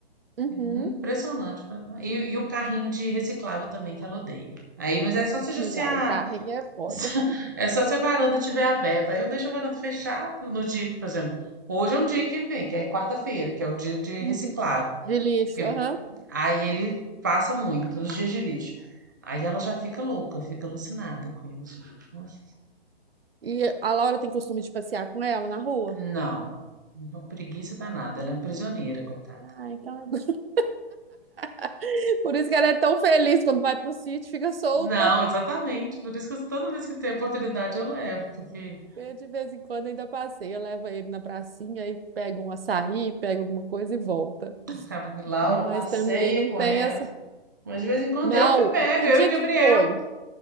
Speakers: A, on the right (about 65°); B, on the right (about 20°).
A: uhum.
B: É impressionante. pra ela. E, e o carrinho de reciclável também, que ela odeia. Aí, mas é só se, a-
A: Não,
B: se a,
A: o carrinho é foda.
B: <laughs> é só se a varanda estiver aberta. Aí eu deixo a varanda fechada no dia, que, por exemplo. Hoje é um dia que ele vem, que é quarta-feira, que é o dia de
A: Uhum.
B: reciclável.
A: De lixo,
B: que-
A: aham.
B: aí ele passa muito, nos dias de lixo. Aí ela já fica louca, fica alucinada com isso. Nossa,
A: E a Laura tem costume de passear com ela na rua.
B: Não, uma preguiça danada. Ela é prisioneira, coitada.
A: Ah, então é isso. <laughs> por isso que ela é tão feliz quando vai pro sítio, fica solta.
B: Não, exatamente. Por isso que eu- toda vez que tem oportunidade eu levo, porque.
A: Eu, de vez em quando, ainda passeio, leva ele na pracinha e pega um açaí, pega alguma coisa e volta.
B: Ficava com Laura,
A: Mas
B: passeia
A: também não
B: com
A: tem
B: ela.
A: essa.
B: Mas de vez
A: <laughs>
B: em quando
A: Não,
B: eu que pego,
A: que
B: eu
A: dia
B: e Gabriel.
A: que foi?